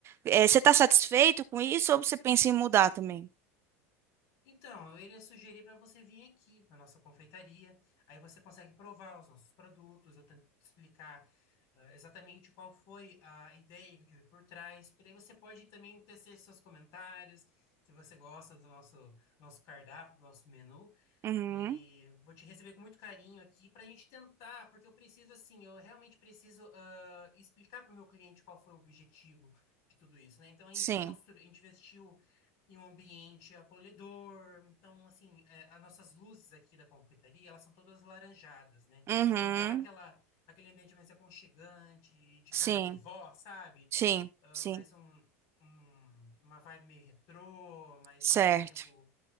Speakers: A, on the right (about 35°); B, on the left (about 55°).
A: É, você está satisfeito com isso ou você pensa em mudar também?
B: Então, eu iria sugerir para você vir aqui na nossa confeitaria, aí você consegue provar os nossos produtos, eu tento te explicar ah, exatamente qual foi a ideia que eu tive por trás, porque daí você pode também tecer seus comentários, se você gosta do nosso, nosso cardápio, do nosso menu,
A: Uhum,
B: E vou te receber com muito carinho aqui para a gente tentar, porque eu preciso, assim, eu realmente preciso ah, explicar para o meu cliente qual foi o objetivo de tudo isso, né? Então a
A: sim.
B: gente construiu, a gente investiu em um ambiente acolhedor, então, assim, é, as nossas luzes aqui da confeitaria, elas são todas laranjadas, né?
A: Uhum.
B: Então dá aquela, aquele ambiente mais aconchegante, de
A: Sim,
B: casa de vó, sabe?
A: sim,
B: Ah,
A: sim.
B: mais um, um- uma vibe meio retrô, mas
A: Certo.
B: ao mesmo tempo.